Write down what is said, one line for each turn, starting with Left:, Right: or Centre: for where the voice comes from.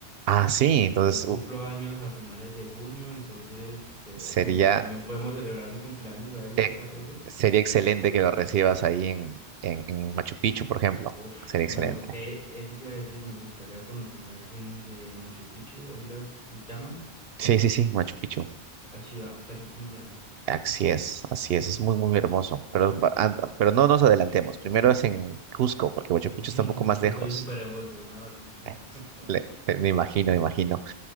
Right: Ah, sí, entonces,
Left: Yo cumplo
Right: uf,
Left: años a finales de junio, entonces, eh,
Right: sería,
Left: como también podemos celebrar mi cumpleaños ahí,
Right: eh,
Left: ¿te parece?
Right: sería excelente que lo recibas ahí en, en, en Machu Picchu, por ejemplo.
Left: Uf,
Right: Sería
Left: me
Right: excelente.
Left: gus- eh, eso te iba a decir, me gustaría conocer las ruinas de Machu Picchu, así las llaman,
Right: Sí, sí, sí, Machu Picchu.
Left: la ciudad perdida.
Right: Así es, así es, es muy, muy hermoso. Pero, va- and- pero no nos adelantemos. Primero es en Cusco, porque Huacho
Left: <laughs>
Right: Picchu está un poco más
Left: Es que
Right: lejos.
Left: estoy súper emocionado, estoy súper
Right: Eh,
Left: emocionado.
Right: Le- eh, me imagino, me imagino.